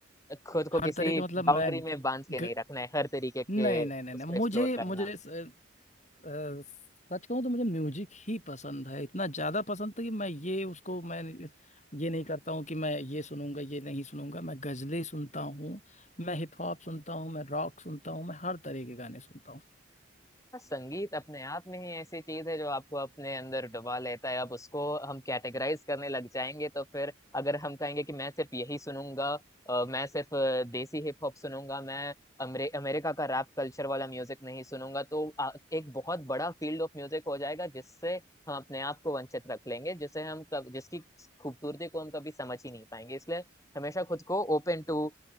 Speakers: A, on the left (about 15°); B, on the left (about 35°).
A: खुद को
B: हर
A: किसी
B: तरह के मतलब मैं
A: बाउंड्री में बांध के
B: ग,
A: नहीं रखना है हर तरीके के
B: नहीं नहीं नहीं
A: उसको
B: नहीं
A: एक्सप्लोर
B: मुझे
A: करना
B: मुझे स- अ, सच कहूँ तो मुझे म्यूजिक ही पसंद है इतना ज्यादा पसंद था कि मैं ये उसको मैं ये नहीं करता हूँ कि मैं ये सुनूंगा ये नहीं सुनूंगा मैं गजलें सुनता हूँ मैं हिप हॉप सुनता हूँ मैं रॉक सुनता हूँ मैं हर तरह के गाने सुनता हूँ
A: बस संगीत अपने आप में ही ऐसी चीज है जो आपको अपने अंदर डुबा लेता है अब उसको हम कैटेगराइज करने लग जाएंगे तो फिर अगर हम कहेंगे कि मैं सिर्फ यही सुनूंगा अ, मैं सिर्फ अ, देसी हिप हॉप सुनूंगा मैं अमरे, अमेरिका का रैप कल्चर वाला म्यूजिक नहीं सुनूंगा तो आ, एक बहुत बड़ा फील्ड ऑफ म्यूजिक हो जाएगा जिससे हम अपने आप को वंचित रख लेंगे जिसे हम कब, जिसकी खूबसूरती को हम कभी समझ ही नहीं पाएंगे इसलिए हमेशा खुद को open to